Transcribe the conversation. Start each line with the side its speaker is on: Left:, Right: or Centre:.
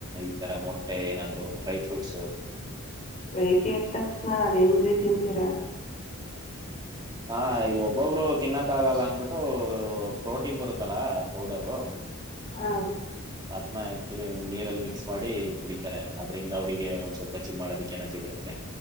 Right: ಈ ತರ ಮೊಟ್ಟೆ ಏನಾದ್ರು ಡ್ರೈ ಫ್ರೂಟ್ಸು.
Left: ಬೆಳಿಗ್ಗೆ ಎದ್ ತಕ್ಷಣ ಅದ್ ಹೆಂಗ್ರೀ ತಿಂತೀರಾ.
Right: ಹಾ ಈಗ್ ಒಬ್ಬೊಬ್ರು ತಿನ್ನಕ್ ಆಗಲ್ಲ ಅಂದ್ಬಿಟ್ಟು ಪ್ರೋಟೀನ್ ಬರುತ್ತಲ್ಲ ಪೌಡರು.
Left: ಹ
Right: ಅದನ್ನ ಆಕ್ಚುಲಿ ನೀರಲ್ ಮಿಕ್ಸ್ ಮಾಡಿ ಕುಡಿತರೆ. ಆದ್ರಿಂದ ಅವ್ರಿಗೆ ಒಂದ್ ಸ್ವಲ್ಪ ಜಿಮ್ ಮಾಡೋದಿಕ್ ಎನರ್ಜಿ ಬರುತ್ತೆ.